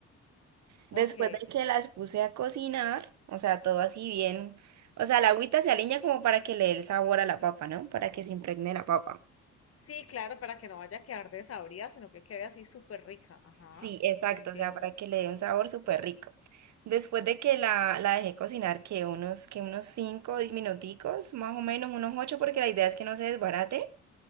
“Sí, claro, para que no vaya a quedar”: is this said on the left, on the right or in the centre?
Left